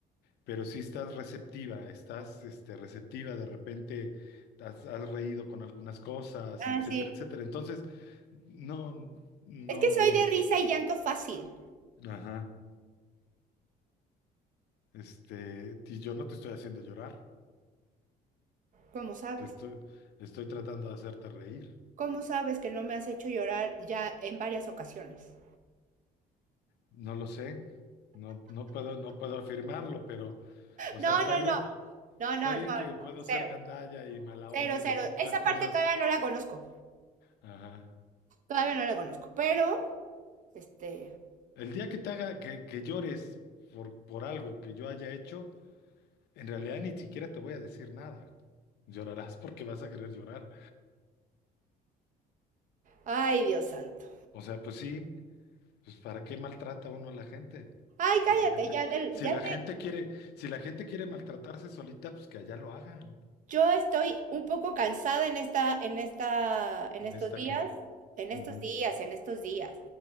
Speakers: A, on the left; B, on the right.
A: pero sí estás receptiva, estás, este, receptiva. De repente has, has reído con algunas cosas,
B: Ah,
A: etcétera,
B: sí.
A: etcétera. Entonces, no, no,
B: Es que
A: no,
B: soy de
A: no.
B: risa y llanto fácil.
A: Ajá. Este, y yo no te estoy haciendo llorar,
B: ¿Cómo sabes?
A: te estoy, estoy tratando de hacerte reír.
B: ¿Cómo sabes que no me has hecho llorar ya en varias ocasiones?
A: No lo sé, no, no puedo, no puedo afirmarlo, pero, o
B: No,
A: sea, está
B: no,
A: bien,
B: no. No, no,
A: está bien
B: no. no.
A: que puedo
B: Cero.
A: ser gandalla y mala onda
B: Cero,
A: y
B: cero.
A: decir
B: Esa
A: las cosas.
B: parte todavía no la conozco.
A: Ajá.
B: Todavía no la conozco. Pero, este.
A: El día que te haga que, que llores por, por algo que yo haya hecho, en realidad ni siquiera te voy a decir nada. Llorarás porque vas a querer llorar.
B: Ay, Dios santo.
A: O sea, pues sí. Pues ¿para qué maltrata uno a la gente?
B: Ay, cállate,
A: Si la gente,
B: ya del,
A: si
B: ya
A: la gente quiere, si la gente quiere maltratarse solita, pues que allá lo hagan.
B: Yo estoy un poco cansada en esta, en esta, en
A: ¿En
B: estos
A: esta
B: días,
A: qué?
B: en
A: Ujú.
B: estos días, en estos días,